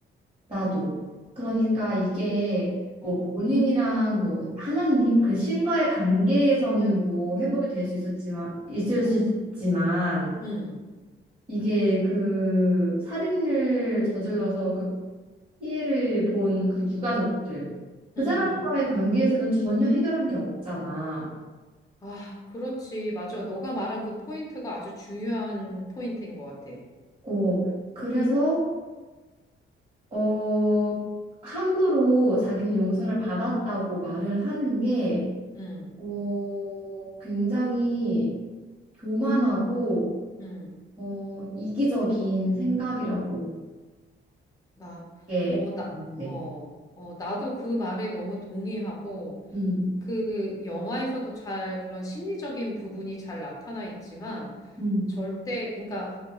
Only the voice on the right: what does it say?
나도. 그러니까 이게 뭐
본인이랑 뭐 하나님 그 신과의 관계에서는 뭐 회복이 될 수 있었지만 있을 수
있지만
이게 그 살인을 저질러서 그 피해를 본 그 유가족들 그
사람과의
관계에서는 전혀 해결한 게 없잖아.
어, 그래서 어 함부로 자기는 용서를 받았다고 말을 하는 게
어, 굉장히 교만하고
어, 이기적인 생각이라고
그게
안 돼.
음,
음,